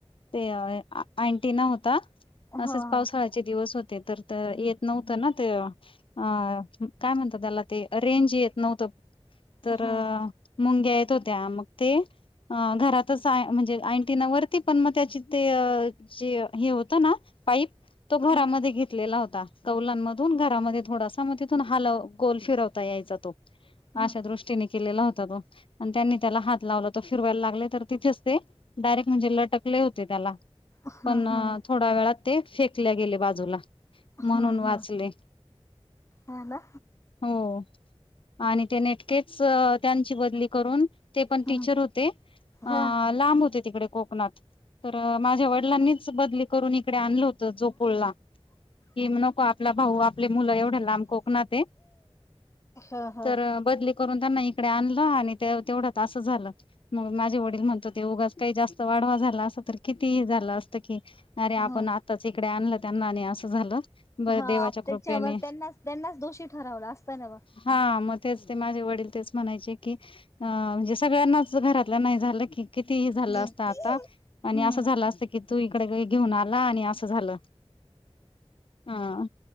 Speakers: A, on the left (about 55°); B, on the left (about 25°).
A: ते व आ. अँटिना होता
B: ह
A: असेच
B: हो
A: पावसाळ्याचे दिवस होते तर येत नव्हतं ना ते. अ काय म्हणता त्याला ते रेंज येत नव्हतं तर.
B: ह ह
A: मुंग्या येत होत्या मग ते. अ घरातच म्हणजे अँ अँटिना वरती पण मग त्याची ते अ. जे हे होतं ना पाईप. तो घरामध्ये
B: ह
A: घेतलेला होता कौलांमधून घरामध्ये थोडासा. तर मग तिथून हल गोल फिरवता यायचा तो
B: ह
A: अशा दृष्टीने केलेला होता. त्यांनी त्याला हात लावला तो फिरवायला लागले तर तिथेच ते. डायरेक्ट म्हणजे लटकले होते त्याला.
B: हम्म
A: पण
B: हम्म.
A: थोड्या वेळात ते फेकल्या गेले बाजूला. म्हणून
B: ह
A: वाचले.
B: ह ह ना
A: हो आणि ते नेटकेच. त्यांची बदली करून ते पण
B: ह
A: टीचर होते अ
B: ह ह
A: लांब होते तिकडे कोकणात. तर माझ्या वडिलांनीच बदली करून इकडे आणलं होतं जोपुलला. कि नको आपला भाऊ आपले मुलं एवढे लांब कोकणात आहे.
B: ह ह
A: तर बदली करून त्यांना. तडे आणलं आणि तेवढ्यात असं झालं मग माझे वडील म्हणत होते उगाच. काही जास्त वाढवा झाला अस तर किती झालं असतं की अरे आपण
B: ह
A: च इकडे आणलं त्यांना आणि असं झालं बरं
B: हात्याच्या
A: देवाच्या कृपेने
B: व त्यांना त्यांनाच दोषी ठरवला असता ना ब
A: हा मग तेच ते माझे वडील तेच म्हणाय चे की अ म्हणजे सगळ्यांनाच घरातल्या नाही झालं की किती झालं
B: हम्म.
A: असत
B: हो.
A: आता आणि
B: हम्म.
A: असं झालं असतं की तू इकडे घेऊन आला आणि असं झालं हा